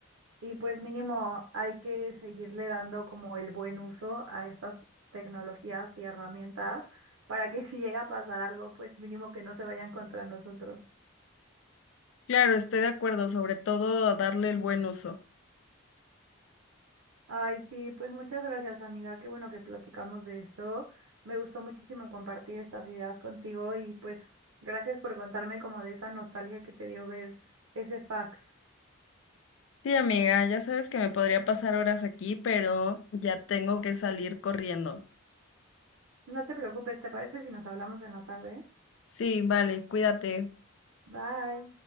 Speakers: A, on the right; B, on the left.
A: Y pues mínimo hay que seguirle dando como el buen uso a estas tecnologías y herramientas para que <laughs> si llega a pasar algo, pues mínimo que no se vayan contra nosotros.
B: Claro, estoy de acuerdo, sobre todo a darle el buen uso.
A: Ay, sí, pues muchas gracias, amiga. Qué bueno que platicamos de esto. Me gustó muchísimo compartir estas ideas contigo y pues gracias por contarme como de esa nostalgia que te dio ver ese fax.
B: Sí, amiga, ya sabes que me podría pasar horas aquí, pero ya tengo que salir corriendo.
A: No te preocupes, ¿te parece si nos hablamos en la tarde?
B: Sí, vale, cuídate.
A: Bye.